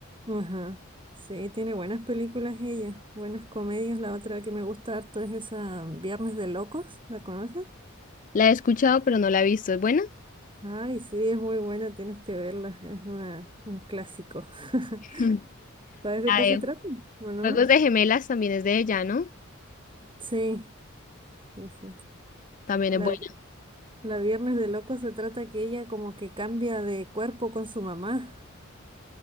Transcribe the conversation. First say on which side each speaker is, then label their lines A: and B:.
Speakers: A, on the right (about 25°); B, on the left (about 40°).
A: Ajá. Sí, tiene buenas películas ella, buenas comedias. La otra que me gusta harto es esa mm, Viernes de Locos, ¿la conoces?
B: La he escuchado, pero no la he visto. ¿Es buena?
A: Ay, sí, es muy buena, tienes que verla, es una, un clásico. <laughs>
B: <laughs> Ujú.
A: ¿Sabes de
B: La
A: qué
B: de
A: se trata? ¿O no?
B: Juegos de Gemelas también es de ella, ¿no?
A: Sí, sí, sí.
B: También
A: La,
B: es buena.
A: vi- la Viernes de Locos se trata que ella como que cambia de cuerpo con su mamá.